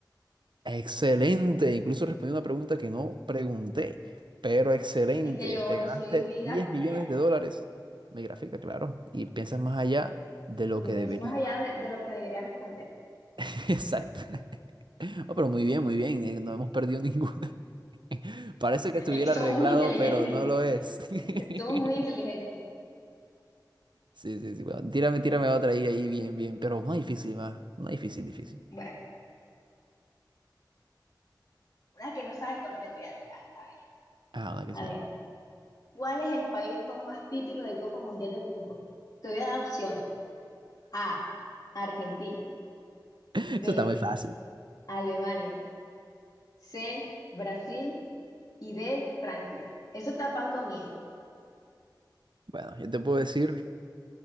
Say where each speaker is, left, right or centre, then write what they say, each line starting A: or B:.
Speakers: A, on the right; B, on the left.
A: Excelente. Incluso respondí una pregunta que no pregunté, pero excelente.
B: Es que yo,
A: Te
B: yo
A: ganaste
B: soy muy didáctica
A: 10 millones
B: ya.
A: de dólares. Mi gráfica, claro. Y piensas más allá de lo
B: Yo
A: que
B: pienso
A: debería.
B: más allá de, de lo que debería responder.
A: <laughs> Exacto. Oh, pero muy bien, muy bien. eh, No hemos perdido ninguna. <laughs> Parece que estuviera
B: Es que somos
A: arreglado,
B: muy inteligentes,
A: pero no lo es. <laughs>
B: <laughs> somos muy inteligentes.
A: Sí, sí, sí, bueno, tírame, tírame otra ahí, ahí, bien, bien, pero no difícil, más, no difícil, difícil.
B: Bueno. Una que no sabe Colombia te voy a tirar. A ver,
A: Ah, una que
B: a
A: sea
B: ver.
A: con...
B: ¿Cuál es el país con más títulos de Copa Mundial de Fútbol? Te voy a dar opción. A, Argentina.
A: <laughs> Eso
B: B,
A: está muy fácil.
B: Alemania. C, Brasil. Y D, Francia. Eso está pan comido.
A: Bueno, yo te puedo decir,